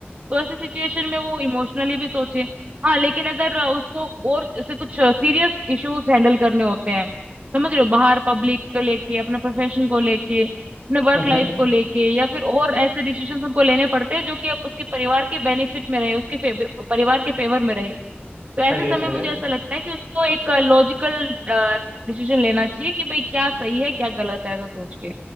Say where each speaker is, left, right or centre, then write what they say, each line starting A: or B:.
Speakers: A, on the right; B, on the right.
A: तो ऐसे सिचुएशन में वो इमोशनली भी सोचे हाँ लेकिन अगर अ, उसको और ऐसे कुछ सीरियस इश्यूज हैंडल करने होते हैं समझ रहे हो बाहर पब्लिक को लेके अपने प्रोफेशन को लेके अपने वर्क
B: हम्म
A: लाइफ
B: हम्म,
A: को लेके या फिर और ऐसे डिसीजन उनको लेने पड़ते हैं जो कि अब उसके परिवार के बेनिफिट में रहे उसके फे- परिवार के फेवर में रहे तो ऐसे
B: सही है
A: समय
B: सही
A: मुझे
B: है
A: ऐसा लगता है कि उसको एक लॉजिकल डिसीजन लेना चाहिए कि भाई क्या सही है क्या गलत है ऐसा सोच के